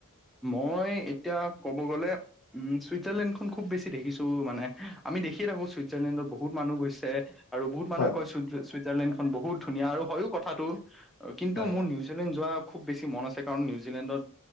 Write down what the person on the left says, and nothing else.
হয়
হয়
হয়